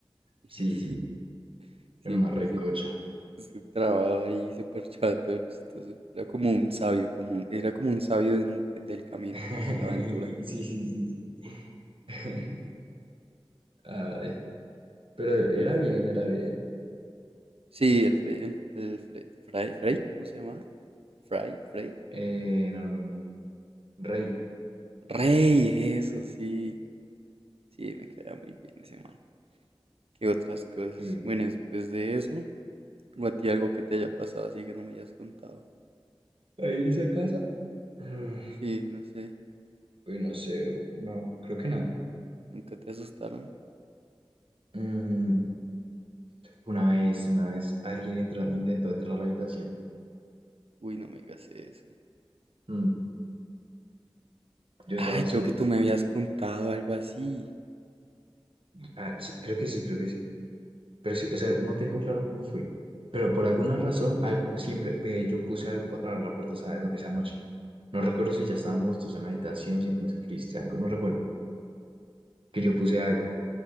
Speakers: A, on the right (about 80°); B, on the right (about 65°).
A: <laughs>
B: Sí, sí.
A: Siempre
B: Era una recocha.
A: se, se trababa ahí, se parchaba todo chistoso. Era como un sabio, como un- era como un sabio de un- del camino,
B: <laughs>
A: de la aventura.
B: Sí, sí, sí, sí. <laughs> Ay, pero era
A: El-
B: bien, era bien.
A: sí, el Frey, el, el Fre- Fray, Frey, ¿cómo se llamaba? Fray, Frey.
B: Eh, no, no, no. Rey.
A: Rey, eso sí. Sí, me caía muy bien ese man. ¿Qué otras cosas?
B: Eh,
A: Bueno, después de eso, o a ti algo que te haya pasado así que no me hayas contado.
B: ¿Ahí en esa casa? mm,
A: Sí, no sé,
B: uy, no cero No, creo que nada.
A: nunca te asustaron.
B: Mm, una vez, una vez, alguien entró, intentó entrar a la habitación.
A: Uy, no me digas eso.
B: Mm, yo
A: Ay,
B: estaba
A: creo
B: solo.
A: que tú me habías contado algo así.
B: Ah, sí, creo que sí, creo que sí. Pero sí, o sea, no tengo claro cómo fue. Pero por alguna razón, algo, siempre eh, yo puse algo para traer la puerta esa, esa noche. No recuerdo si ya estábamos los dos en la habitación, si tú me escribiste algo, no recuerdo. Que yo puse algo.